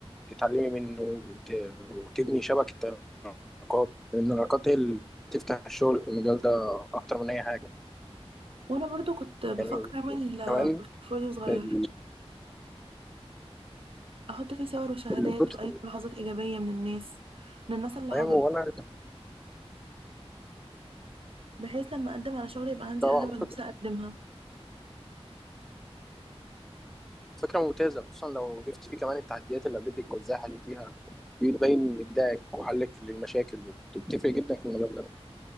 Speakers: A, in the centre; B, on the right.
A: تتعلمي منه وت- وتبني شبكة علاقات لأن العلاقات هي اللي بتفتح الشغل في المجال ده أكتر من أي حاجة
B: وانا برضو كنت بفكر
A: يعني
B: اعمل آه،
A: كمان
B: بورتفوليو صغير
A: ال-
B: احط فيه صور وشهادات
A: البروتوكول
B: واي ملاحظات ايجابيه من الناس من الناس اللي
A: تمام
B: حضرت
A: وأنا
B: بحيث لما اقدم على شغل يبقى عندي
A: طبعا
B: حاجه ملموسه
A: فك-
B: اقدمها
A: فكرة ممتازة خصوصا لو ضفت فيه كمان التحديات اللي قابلتك وإزاي حليتيها دي بتبين إبداعك وحلك للمشاكل وبتفرق جدا في المجال ده